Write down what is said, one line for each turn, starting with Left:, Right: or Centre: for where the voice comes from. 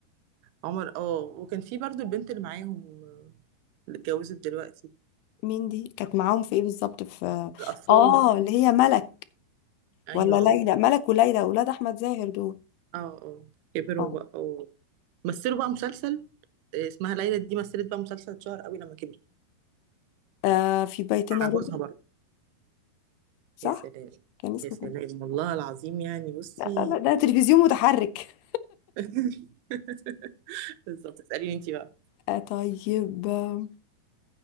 Right: عمر اه وكان في برضو البنت اللي معاهم آه، اللي اتجوزت دلوقتي
Left: مين دي كانت معاهم في ايه بالظبط في
Right: الأطفال
Left: اه اللي هي ملك
Right: ايوه
Left: ولا ليلى
Right: اه
Left: ملك وليلى اولاد احمد زاهر دول
Right: اه اه كبروا
Left: اه
Right: بقى و- مثلوا بقى مسلسل آه، اسمها ليلى دي مثلت بقى مسلسل اتشهر قوي لما كبرت
Left: آه في بيتنا
Right: مع
Left: روبي
Right: جوزها برضه
Left: صح
Right: يا سلام
Left: كان اسمه
Right: يا سلام
Left: كده
Right: والله العظيم يعني بصي
Left: لا لا لا ده تلفزيون متحرك
Right: <laughs> بالظبط اسأليني انت بقى
Left: آه طيب آه